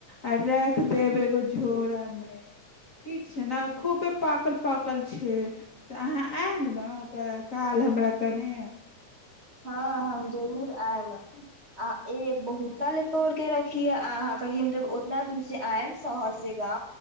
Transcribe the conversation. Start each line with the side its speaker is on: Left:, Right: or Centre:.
Left: आ राखि देब एगो झोरामे ठीक छै ने खूबे पाकल पाकल छै तऽ अहाँ आएब ने क काल हमरा कनि
Right: हँ हम जरूर आएब आ ए बहुत ल तोड़ के रखी अह हम ज ओतना दूर से आयब शहर से गा